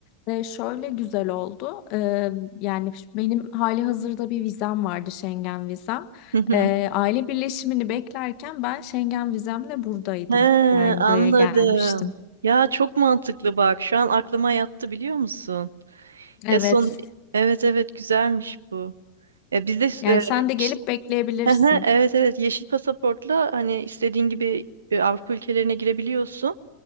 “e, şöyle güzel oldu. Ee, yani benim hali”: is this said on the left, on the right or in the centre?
Left